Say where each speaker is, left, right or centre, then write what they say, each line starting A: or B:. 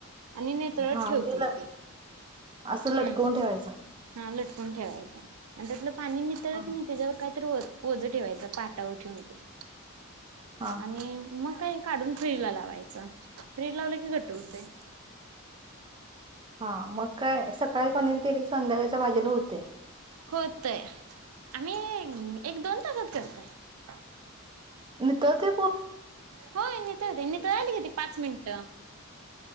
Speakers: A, on the right (about 85°); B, on the right (about 25°).
A: आणि नेतळच
B: हा
A: ठेवते
B: ते ल
A: तेे
B: असं लटकवून
A: हम्म
B: ठेवायचं
A: हा लटकून ठेवायचं. आडयातल पाणी नेता
B: हा
A: की नाही त्याच्यावर काय तर वत पओझ ठेवायचं पाटावर ठेवून
B: हा
A: आणि मग काय? काढून फ्रीज लावायचं, फ्रीज लावलं की घट होते.
B: हा मग काय? सकाळी पनीर केली संध्याकाळच्या भाजीला होते.
A: होतयं. आम्ही एक दोन तासच करतयं.
B: तते
A: होय ना नी तर नितळायला किती पाच मिनटं-